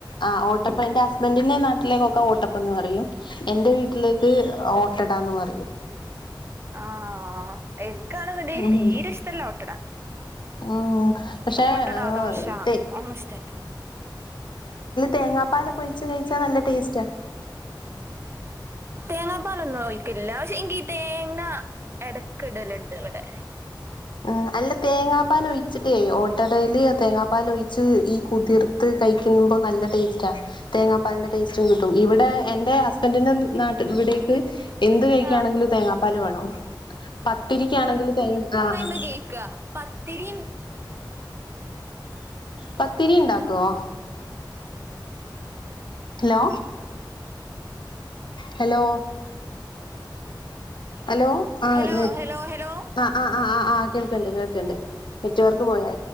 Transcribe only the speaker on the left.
ആഹ് ഓട്ടപ്പം എന്റെ ഹസ്ബൻറിന്റെ നാട്ടിലേക്കൊക്കെ ഓട്ടപ്പം ന്ന് പറയും എന്റെ വീട്ടിലേക്ക് ഓട്ടടാന്ന് പറയും.
ഉം
ഉം പക്ഷെ
തെ
തേങ്ങാപ്പാലൊക്കെ ഒഴിച്ച് കഴിച്ചാ നല്ല ടേസ്റ്റാ
ഹ് അല്ല തേങ്ങാപ്പാൽ ഒഴിച്ചിട്ടേ ഓട്ട ടേല് തേങ്ങാപ്പാൽ ഒഴിച്ച് ഈ കുതിർത്ത് കയ് ന്നുമ്പൊ നല്ല ടേസ്റ്റാ. തേങ്ങാപ്പാലിന്റെ ടേസ്റ്റും കിട്ടും ഇവിടെ എന്റെ ഹസ്ബൻഡറിന്റെ നാട്ടി ഇവടിം ഹ് എന്ത് കഴിക്കാണെങ്കിലും
തേങ്ങാപ്പാല് വേണം പത്തിരിക്കാണെങ്കിൽ തേങ്ങ ആഹ്
പത്തിരി ഇണ്ടാക്കുവോ? ഹലോ ഹലോ ഹലോ ആഹ്
നെ
ആഹ് ആഹ് ആഹ് ആഹ് ആഹ് കേൾക്ക്ണ്ട് കേൾക്ക്ണ്ട് നെറ്റ് വർക്ക് പോയാ